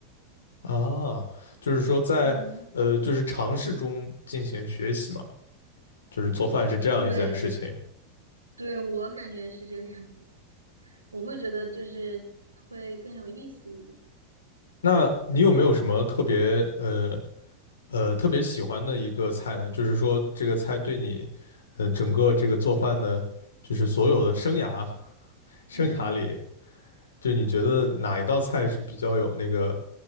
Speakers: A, on the left (about 65°); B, on the right (about 80°).
A: 啊，就是说在呃就是尝试中进行学习嘛，
B: 嗯，
A: 就是做饭是这样一件事情。
B: 对对，我感觉是这个样子的。我会觉得就是会更有意思一点。
A: 那你有没有什么特别呃呃特别喜欢的一个菜呢？就是说这个菜对你呃整个这个做饭的，就是所有的生涯生涯里，
B: 嗯。
A: 就你觉得哪一道菜是比较有那个